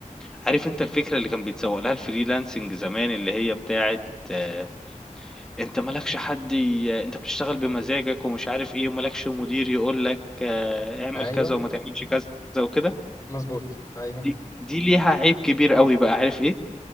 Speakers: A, in the centre; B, on the left.
A: عارف أنت الفكرة اللي كان بيتسوّق لها الfreelancing زمان، اللي هي بتاعة آه، أنت ما لكش حد ي أنت بتشتغل بمزاجك ومش عارف إيه، وما لكش مدير يقول لك اعمل
B: ايوه
A: كذا وما تعملش إمم. كذا وكده،
B: مظبوط ايوه
A: دي دي ليها عيب كبير أوي بقى، عارف إيه؟